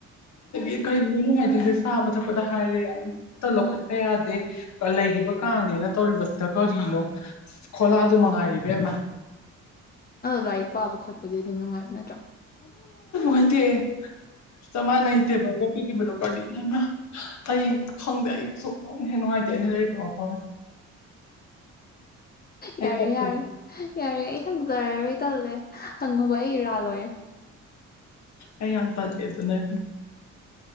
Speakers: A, on the left (about 65°); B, on the left (about 30°).
A: ꯏ ꯀ ꯆꯥꯕ ꯊꯛꯄꯗ ꯍꯥꯏꯔꯦ ꯌꯥ ꯑꯗꯨꯝ ꯂꯧꯈꯠꯄ ꯌꯥꯗꯦ ꯂꯩꯔꯤꯕ ꯀꯥꯅꯦꯅ ꯇꯧꯔꯤꯕꯁꯤꯗ ꯀꯔꯤꯅꯣ ꯈꯣꯂꯥꯗꯨ ꯃꯥꯔꯤꯕꯦꯃ
B: ꯂꯥꯏꯔꯤꯛ ꯄꯥꯕ ꯈꯣꯠꯄꯗꯤ ꯑꯗꯨꯝ ꯅꯨꯡꯉꯥꯏꯕ ꯅꯠꯇ꯭ꯔꯥ
A: ꯍꯗꯤꯦ ꯁꯃꯅ ꯏꯇꯦꯒꯗꯤꯕꯗꯨ ꯀ ꯌꯥꯝꯅ ꯑꯩ ꯈꯪꯗꯦ ꯑꯩ ꯁꯨꯡꯧꯅ ꯍꯦꯟꯅ ꯅꯨꯡꯉꯥꯏꯇꯦ ꯑꯩꯅ ꯂꯩꯣ ꯍꯣꯏ
B: ꯌꯥꯔꯦ
A: ꯀꯞꯄꯦ
B: ꯌꯥꯔꯦ ꯌꯥꯔꯦ ꯑꯩ ꯍꯪꯖꯔꯔꯣꯏ ꯇꯜꯂꯦ ꯍꯪꯉꯨꯕ ꯑꯩ ꯏꯔꯥꯜ ꯂꯣꯏꯔꯦ
A: ꯑꯩ ꯌꯥꯝ ꯇꯜꯂꯦ ꯑꯗꯨꯅ